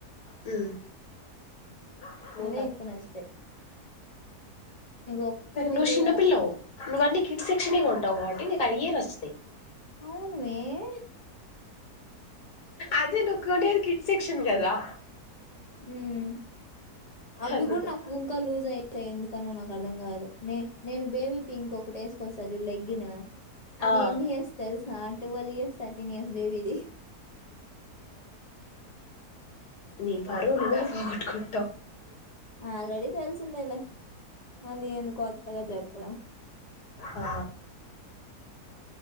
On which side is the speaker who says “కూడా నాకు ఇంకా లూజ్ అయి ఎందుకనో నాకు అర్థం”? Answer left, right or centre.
Left